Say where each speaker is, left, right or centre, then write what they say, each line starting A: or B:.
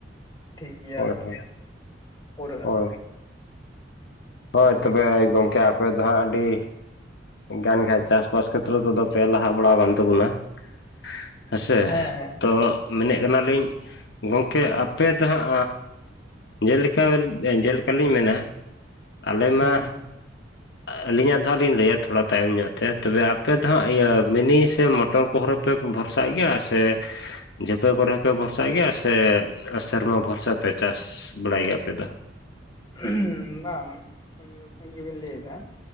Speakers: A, on the left; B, on the left.
A: ᱴᱷᱤᱠ ᱜᱮᱭᱟ
B: ᱦᱳᱭ
A: ᱟᱨᱠᱤ ᱯᱩᱨᱟᱹᱜ-ᱟ
B: ᱦᱳᱭ
A: ᱾
B: ᱦᱳᱭ ᱛᱚᱵᱮ ᱜᱚᱝᱠᱮ ᱟᱯᱮ ᱫᱚ ᱦᱟᱸᱟᱜ ᱟᱹᱰᱤ ᱜᱟᱱ ᱠᱷᱟᱡ ᱪᱟᱥᱵᱟᱥ ᱠᱷᱮᱛᱨᱮ ᱛᱮᱫᱚ ᱯᱮ ᱞᱟᱦᱟ ᱵᱟᱲᱟ ᱟᱠᱟᱱ ᱛᱟᱵᱚᱱᱟ ᱾ ᱦᱮᱸᱥᱮ?
A: ᱦᱮᱸ ᱦᱮᱸ
B: ᱛᱚ ᱢᱮᱱᱮᱜ ᱠᱟᱱᱟ ᱞᱤᱧ ᱜᱚᱝᱠᱮ ᱟᱯᱮ ᱛᱚ ᱦᱟᱸᱜ ᱮᱸ ᱡᱮᱞᱮᱠᱟ ᱡᱮᱞᱮᱠᱟ ᱞᱤᱧ ᱢᱮᱱᱟ ᱟᱞᱮ ᱢᱟ,
A: ᱦᱮᱸ
B: ᱟᱹᱞᱤᱧᱟᱜ ᱫᱚ ᱦᱟᱸᱜ ᱞᱤᱧ ᱞᱟᱹᱭᱟ ᱛᱷᱚᱲᱟ ᱛᱟᱭᱚᱢ ᱧᱚᱜ ᱛᱮ, ᱛᱚᱵᱮ ᱟᱯᱮ ᱫᱚ ᱦᱟᱸᱜ ᱤᱭᱟᱹ ᱢᱤᱱᱤ ᱥᱮ ᱢᱚᱴᱚᱨ ᱠᱚᱦᱚᱸᱨ ᱯᱮ ᱵᱷᱚᱨᱥᱟᱜ ᱜᱮᱭᱟ ᱥᱮ ᱡᱟᱹᱯᱮ ᱯᱚᱨᱮ ᱦᱚᱸ ᱯᱮ ᱵᱷᱚᱨᱥᱟᱜ ᱜᱮᱭᱟ ᱥᱮ ᱥᱮᱨᱢᱟ ᱵᱷᱚᱨᱥᱟ ᱯᱮ ᱪᱟᱥ ᱵᱟᱲᱟᱭ ᱜᱮᱭᱟ ᱟᱯᱮ ᱫᱚ?
A: ᱦᱩᱸᱻ ᱵᱟᱝ ᱴᱷᱤᱠ ᱜᱮᱵᱮᱱ ᱞᱟᱹᱭ ᱫᱟ ᱾